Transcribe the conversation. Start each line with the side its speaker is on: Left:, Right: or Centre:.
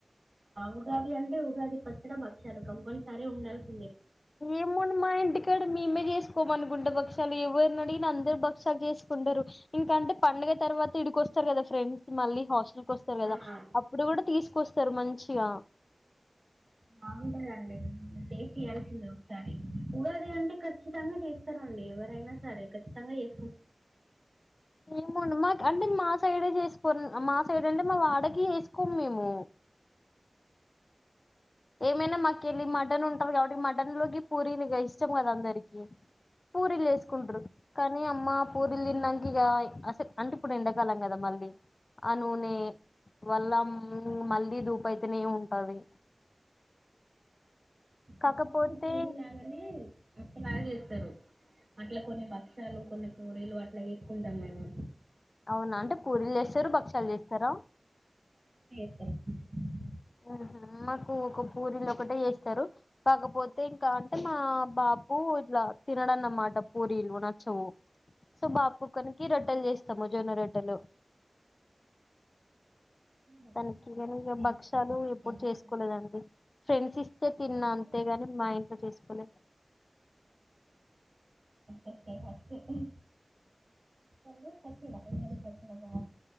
Right: ఉగాది అంటే ఉగాది పచ్చడి బక్షాలు కంపల్సరీ ఉండాల్సి
Left: ఏమో అండి మా ఇంటికాడ మేమే చే కోమనుకుంట భక్షాలు ఎవరని అడిగి అందరు భక్షాలు చేసుకుంటారు ఇంక అంటే పండగ తర్వాత ఇడికొస్తారు కదా ఫ్రెండ్స్ మళ్ళీ హాస్టల్ వస్తారు కదా
Right: ఆ
Left: అప్పుడు కూడా తీసుకొస్త సరే మంచిగా
Right: బాగుంటదండి టేస్ట్ చేయాల్సింద ఒకసారి ఉగాది అంటే ఖచ్చితంగా చేస్తారండి ఎవరైనా సరే ఖచ్చితంగా చే
Left: ఏమెండి మాకు అంటే మా సైడే చేసి వేసుకని మా సైడ్ అంటే మా వాడకి వేసుకోం మేము ఏమైనా మాకెళ్ళి మటన్ ఉంటది కాబట్టి మటన్ లోకి పూరీక ఇష్టం కదా అందరికి పూరీలు వేసుకుంటారు కానీ అమ్మ పూరిలుతిన్నక ఇక అసలు అంటే ఇప్పుడు ఎండకలం కదా మళ్ళీ ఆ నూనే వల్ల మళ్ళీ మళ్ళీ దూపైతేనే ఉంటాది కాకపోతే
Right: అప్పుడు పూరి లాగానే అప్పలాగ చేస్తారు అట్లా కొన్ని భక్ష్యాలు కొన్ని పూరీలు అట్లా ఎక్కుంటాం మేము
Left: అవునా అంటే పూరీలు చేస్తారు భక్షాలు చేస్తారా
Right: ప
Left: ఆహా మాకు ఒక పూరీలు ఒకటే చేస్తారు కాకపోతే ఇంకా అంటే మా బాబు ఇట్లా తినడన్నమాట పూరీలు నచ్చవు సో బాబు కొక్కనికి రొట్టెలు చేస్ సముజోనరోట్టలు
Right: భక్షాలు
Left: కాని కిననికే
Right: ఖచ్చితంగా చేస్తారండి
Left: భక్ష్యాలు ఎప్పుడు
Right: పండగ
Left: చేసుకోలేదండి ఫ్రెండ్స్ ఇస్ సొ తిన్నా
Right: ఉగాది
Left: అంతేగాని మా ఇంట్లొ చేసుకోలేదు
Right: ఓకే ఫస్టే హ ఏంది ఫస్ట్ డే ఆ <unintelligible> అవును